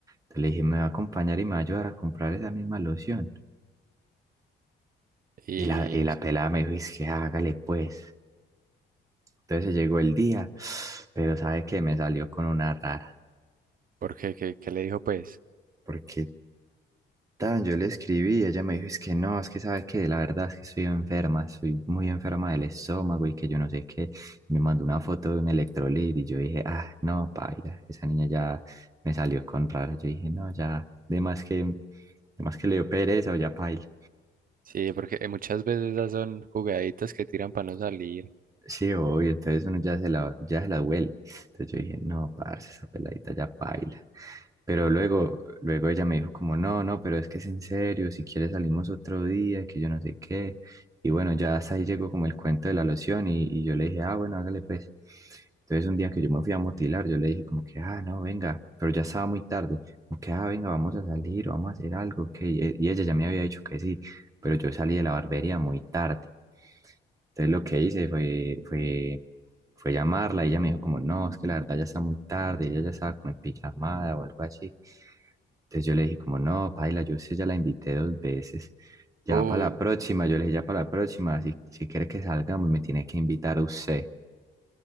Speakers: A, on the right; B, on the right.
A: Entonces le dije, me va a acompañar y me va a ayudar a comprar esa misma loción.
B: y
A: Y la, y la pelada me dijo, es que hágale pues. Entonces llegó el día, pero ¿sabe qué? Me salió con una rara
B: ¿por qué? ¿Qué, qué le dijo pues?
A: porque tan, yo le escribí y ella me dijo, es que no, es que sabe que la verdad es que estoy enferma, estoy muy enferma del estómago y que yo no sé qué. Me mandó una foto de un electrolit y yo dije, ah, no, paila, esa niña ya me salió con rara. Yo dije, no, ya, de más que, de más que le dio pereza o ya paila.
B: Sí, porque eh, muchas veces esas son jugaditas que tiran para no salir.
A: Sí, obvio, entonces uno ya se la, ya se la duele. Entonces yo
B: Mm.
A: dije, no, parce, esa peladita ya baila. Pero luego, luego ella me dijo como, no, no, pero es que es en serio, si quieres salimos otro día, que yo no sé qué. Y bueno, ya hasta ahí llegó como el cuento de la loción y, y yo le dije, ah, bueno, hágale pues. Entonces un día que yo me fui a motilar, yo le dije como que, ah, no, venga, pero ya estaba muy tarde, como que, ah, venga, vamos a salir, vamos a hacer algo, que Y y ella ya me había dicho que sí, pero yo salí de la barbería muy tarde. Entonces lo que hice fue, fue, fue llamarla y ella me dijo como, no, es que la verdad ya está muy tarde, ella ya estaba como en pijamada o algo así. Entonces yo le dije como, no, paila, yo sé, ya la invité dos veces, ya
B: Uy,
A: para la próxima, yo le dije, ya para la próxima, si, si quiere que salgamos, me tiene que invitar a usted.